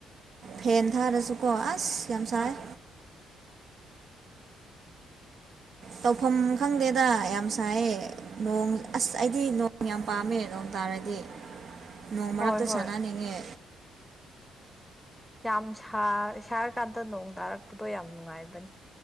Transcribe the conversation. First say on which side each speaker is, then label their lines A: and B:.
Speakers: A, on the right; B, in the centre.
A: ꯐꯦꯟ ꯊꯥꯔꯁꯨꯀꯣ ꯑꯁ ꯌꯥꯝ ꯁꯥꯏꯌꯦ꯫ ꯇꯧꯐꯝ ꯈꯪꯗꯦꯗ ꯌꯥꯝ ꯁꯥꯏꯌꯦ꯫ ꯅꯣꯡ ꯑꯁ ꯑꯩꯗꯤ ꯅꯣꯡ ꯌꯥꯝ ꯄꯥꯝꯃꯦ ꯅꯣꯡ ꯇꯥꯔꯗꯤ꯫ ꯅꯣꯡ ꯃꯔꯛꯇ
B: ꯍꯣꯏ ꯍꯣꯏ
A: ꯁꯥꯟꯅꯅꯤꯡꯉꯦ꯫
B: ꯌꯥꯝ ꯁꯥ ꯁꯥꯔꯀꯥꯟꯗ ꯅꯣꯡ ꯇꯥꯔꯛꯄꯗꯣ ꯌꯥꯝ ꯅꯨꯡꯉꯥꯏꯕꯅꯤ꯫